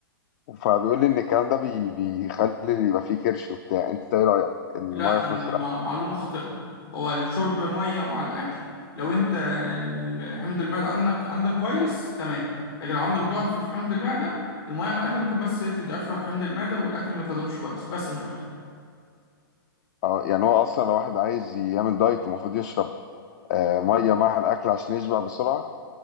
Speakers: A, on the left; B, on the left.
A: فبيقول لي ان الكلام ده بي بيخلي يبقى فيه كرش وبتاع انت ايه رايك إن
B: لا
A: الميه في
B: انا
A: نص الاكل
B: مع معلومه خاطئه هو الشرب ميه مع الاكل لو انت ال- حمض المعده عندك عندك كويس تمام لكن لو عندك ضعف في حمض المعده الميه مع الاكل ممكن بس إيه تضعف لك حمض المعده والاكل ما تهضمش كويس بس مش اكتر
A: اه يعني هو اصلا لو واحد عايز يعمل دايت المفروض يشرب آه ميه مع الاكل عشان يشبع بسرعه